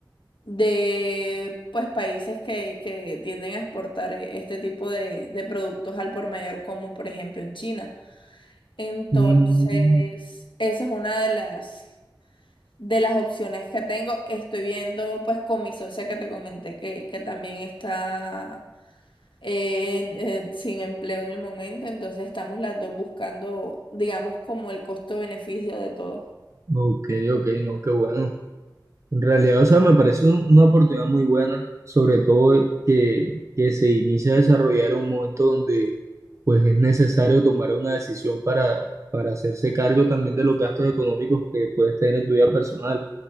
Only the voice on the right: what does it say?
Mm,
ok, ok, no, qué bueno. En realidad, o sea, me parece un- una oportunidad muy buena, sobre todo que, que se inicia a desarrollar en un momento donde pues es necesario tomar una decisión para, para hacerse cargo también de los gastos económicos que puedes tener en tu vida personal